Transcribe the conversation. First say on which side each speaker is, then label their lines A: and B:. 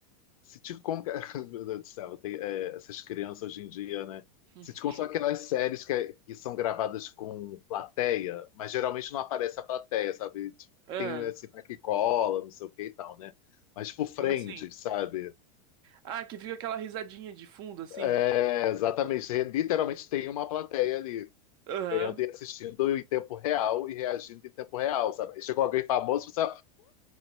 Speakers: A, on the left; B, on the right.
A: Sitcom, que- <laughs> meu Deus do céu, tem, é, essas crianças hoje em dia, né?
B: <laughs>
A: Sitcom são aquelas séries que, é, que são gravadas com plateia, mas geralmente não aparece a plateia, sabe? Tipo,
B: Hum.
A: Tem esse
B: Ah,
A: vai que cola, não sei o que e tal, né? Mas tipo Friends,
B: como assim?
A: sabe?
B: Ah, que fica aquela risadinha de fundo, assim?
A: É, exatamente. Literalmente tem uma plateia ali,
B: Aham.
A: vendo e assistindo em tempo real e reagindo em tempo real, sabe? Aí chegou alguém famoso, você